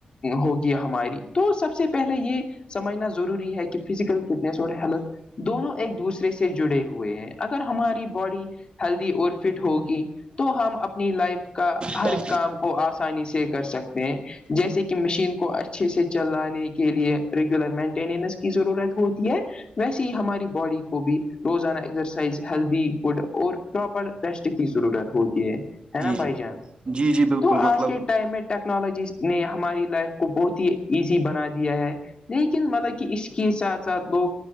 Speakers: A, on the left; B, on the right.
A: ہوگی ہماری تو سب سے پہلے یہ سمجھنا ضروری ہے کہ فزیکل فٹنیس اور ہیلتھ دونوں ایک دوسرے سے جڑے ہوئے ہیں اگر ہماری باڈی ہیلدی اور فٹ ہوگی تو ہم اپنی لائف کا
B: جی
A: ہر کام کو آسان آسانی سے کر سکتے ہیں جیسے کہ مشین کو اچھے سے چلانے کے لیے ریگولر مینٹیننس کی ضرورت ہوتی ہے ویسے ہی ہماری باڈی کو بھی روزانہ ایکزرسائز ہیلدی فوڈ اور پراپر ٹیسٹ کی ضرورت ہوتی ہے ہے
B: جی
A: نا بائی چانس
B: جی جی بالکل
A: تو آج
B: مطلب
A: کے ٹائم میں ٹیکنالوجیز نے ہماری لائف کو بہت ہی ایزی بنا دیا ہے لیکن مطلب کہ اس کے ساتھ ساتھ لوگ